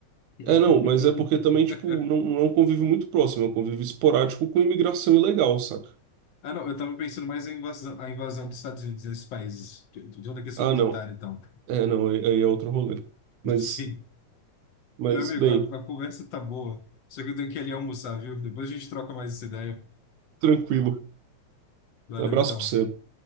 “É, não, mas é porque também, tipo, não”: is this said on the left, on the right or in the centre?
Right